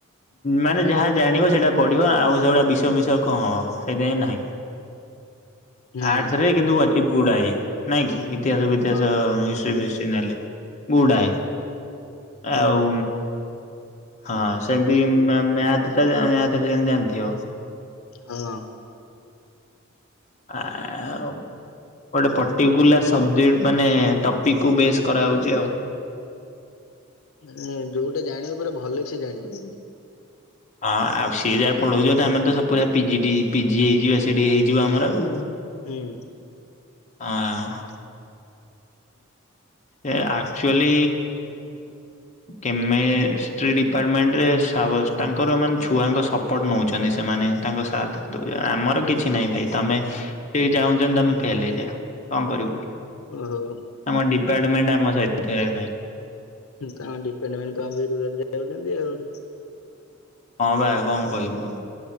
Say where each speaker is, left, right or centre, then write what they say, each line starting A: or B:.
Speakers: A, on the left; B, on the left.
A: ମାନେ ଯାହା ଜାଣିବ ସେଇଟା ପଢିବ ଆଉ ସେଗୁଡା ବିଷୟ ମିଷ କଣ ହବ ସେଇଥିପାଇଁ ନାହିଁ <inaudible>
B: ହୁଁ
A: ଆର୍ଟସ୍ ରେ କିନ୍ତୁ ଅତି ବୁଡାଏ ନାଇଁକି ଇତିହାସ ବିତିହାସ
B: ହଁ
A: ଏସବୁ ନେଲେ ଗୁଡାଏ
B: ହୁଁ
A: ଆଉ ହଁ ସେମିତି ମ୍ୟା ମ୍ୟାଥି ମ୍ୟାଥ ଟା ଜାଣିଥିବ।
B: ହଁ
A: ଆଉ ଗୋଟେ ପର୍ଟିକୁଲାର୍ ସବ୍ଜେକ୍ଟ ସେଟ୍ ମାନେ ଟପିକ୍ କୁ ବେଶ୍ କରାହାଉଛି ଆଉ
B: ମାନେ ଯୋଉଟା ଜାଣିବ ପୁରା ଭଲ ସେ ଜାଣିବ
A: ହଁ ଆଉ ସିଏ ଯାହା ପଢଉଛନ୍ତି ଆମେ ତ ପୁରା ପିଜିଡ଼ି ପିଜି ହେଇଯିବା ସେଠି ହେଇଯିବ ଆମର ଆଉ
B: ହୁଁ
A: ହଁ ଏ ଆକ୍ଚୁଆଲି କେମେଷ୍ଟି ଡିପାର୍ଟମେଣ୍ଟ ରେ ତାଙ୍କର ମାନେ ଛୁଆଙ୍କ ସ ସପଟ ନଉଛନ୍ତି ସେମାନେ ତାଙ୍କ ସାଥ ଦଉଛନ୍ତି ଆମର କିଛି
B: ହଁ।
A: ନାଇଁ ଭାଇ ତମେ ଠିକ୍ ଚାହୁଁଛନ୍ତି ତମେ ଫେଲ୍ ହେଇଯା କଣ କରିବୁ
B: ଓହୋ
A: ଆମ ଡିପାର୍ଟମେଣ୍ଟ ଆମ ସାଇଡ୍ ରେ ନାଇଁ।
B: ତ ଡିପେଣ୍ଡ ମେଣ୍ଟ ବିରୁଦ୍ଧରେ ଯାଉଛନ୍ତି ଆଉ
A: ହଁ ବା କଣ କହିବୁ ଆଉ